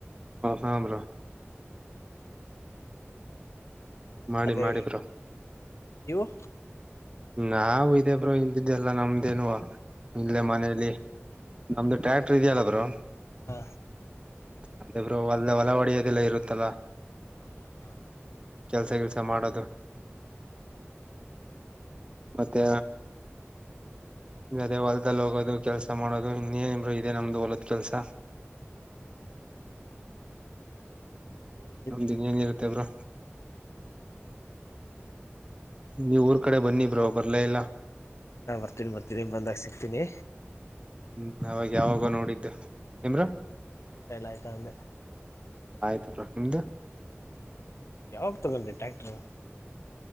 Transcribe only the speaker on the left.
ಅದೇ
ನೀವು?
ಹಾ
ಹಾ ಹಾ ಹಾ
ಹಾ ಹಾ ಹಾ
ಹಾ ಹಾ ಹಾ ಹೇಳಿ
ಇಲ್ಲ ಬರ್ತೀನಿ ಬರ್ತೀನಿ ಬಂದಾಗ ಸಿಕ್ತೀನಿ.
ಊಟ ಎಲ್ಲ ಆಯ್ತಾ ಅಂದೆ
ಹಾ ಯಾವಾಗ ತಗೊಂಡೆ ಟ್ಯಾಕ್ಟರು.